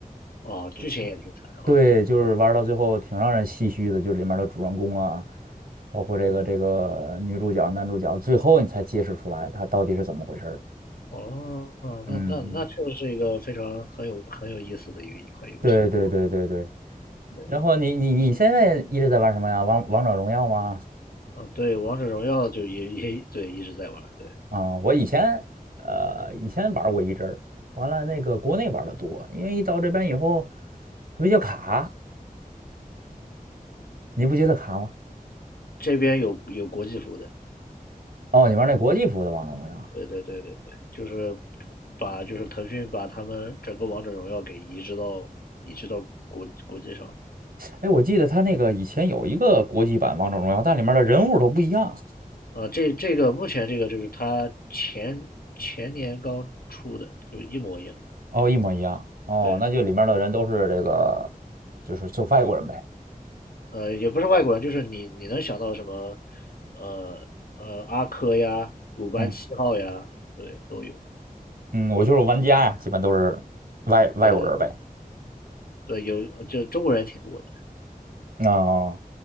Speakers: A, on the left; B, on the right.
A: 啊，剧情也挺惨，
B: 嗯对，
A: 啊，对。
B: 就是玩儿到最后挺让人唏嘘的，就是里面的主人公啊，包括这个这个女主角、男主角，最后你才揭示出来他到底是怎么回事儿
A: 哦，
B: 嗯，
A: 那那那确实是一个非常很有很有意思的一个一款游戏，
B: 嗯对对对对对。
A: 我觉得对，
B: 然后你你你现在一直在玩什么呀？王王者荣耀吗？
A: 嗯，对，王者荣耀就也也对一直在玩对，
B: 啊、我以前呃以前玩过一阵儿，完了那个国内玩的多，因为一到这边以后它比较卡，你不觉得卡吗？
A: 这边有有国际服的，
B: 哦，你玩那国际服的王者荣耀
A: 对对对对对，就是把就是腾讯把他们整个王者荣耀给移植到移植到国国际上，
B: 哎，我记得他那个以前有一个国际版《王者荣耀》，但里面的人物都不一样，
A: 啊、这这个目前这个就是它前前年刚出的，就一模一样，
B: 哦，一模一样，哦，
A: 对。
B: 那就里面的人都是这个，就是就外国人呗，
A: 呃，也不是外国人，就是你你能想到什么，呃呃，阿珂呀，鲁班七号呀，
B: 嗯
A: 对，都有，
B: 嗯，我就是玩家呀，基本都是外外国人呗。
A: 对对对对，有就中国人挺多的。
B: 哦，